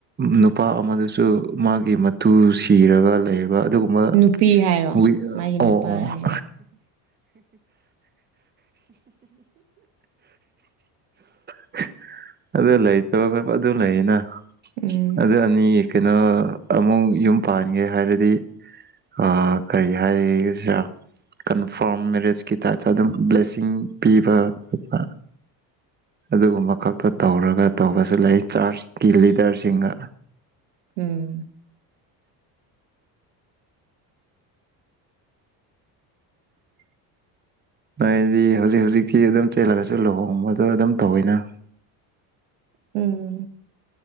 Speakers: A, on the right; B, on the right.
A: ꯅꯨꯄꯥ ꯑꯃꯗꯨꯁꯨ ꯃꯥꯒꯤ ꯃꯇꯨ ꯁꯤꯔꯒ ꯂꯩꯕ ꯑꯗꯨꯒ
B: ꯅꯨꯄꯤ ꯍꯥꯏꯌꯣ
A: ꯑꯣ
B: ꯃꯥꯒꯤ ꯅꯨꯄꯥ
A: ꯑꯣ
B: ꯍꯥꯏꯌꯣ
A: <inaudible> <inaudible> ꯑꯗꯨ ꯂꯩꯇꯣꯏ ꯑꯗꯨ ꯂꯩꯅ
B: ꯎꯝ
A: ꯑꯗꯨ ꯑꯅꯤ ꯀꯩꯅꯣ ꯑꯃꯨꯛ ꯌꯨꯝ ꯄꯥꯟꯒꯦ ꯍꯥꯏꯔꯗꯤ ꯑ ꯀꯔꯤ ꯍꯥꯏꯁꯤ ꯔ꯭ꯥ ꯀꯟꯐꯥꯔꯝ ꯃꯦꯔꯦꯖꯀꯤ ꯇꯥꯏꯞꯇ ꯑꯗꯨꯝ ꯕ꯭ꯂꯦꯁꯤꯡ ꯄꯤꯕ ꯈꯣꯠꯄ ꯑꯗꯨꯒꯨꯝꯕ ꯈꯛꯇ ꯇꯧꯔꯒ ꯇꯧꯕꯁꯨ ꯂꯩ ꯆꯥꯔꯆꯀꯤ ꯂꯤꯗꯔꯁꯤꯡꯅ
B: ꯎꯝ <inaudible>
A: ꯍꯥꯏꯗꯤ ꯍꯧꯖꯤꯛ ꯍꯧꯖꯤꯛꯤ ꯑꯗꯨꯝ ꯆꯦꯜꯂꯒꯁꯨ ꯂꯨꯍꯣꯡꯕꯗꯣ ꯑꯗꯨꯝ ꯇꯧꯋꯤꯅ
B: ꯎꯝ